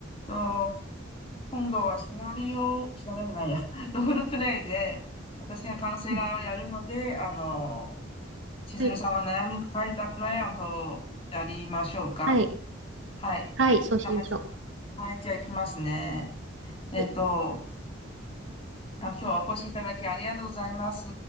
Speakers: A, on the left (about 30°); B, on the right (about 75°).
A: と、今度はシナリオ、シナリオじゃないや、<laughs> ロールプレイで、私がカウンセラーをやるので、
B: うん
A: あの、千鶴さんは悩みを抱えたクライアントをやりましょうか。
B: はい、はい、
A: はい。
B: はい、そうしましょ
A: はじ、はい、じゃあ行きますね。えっと、
B: う。はい、
A: あ、今日はお越しいただきありがとうございます。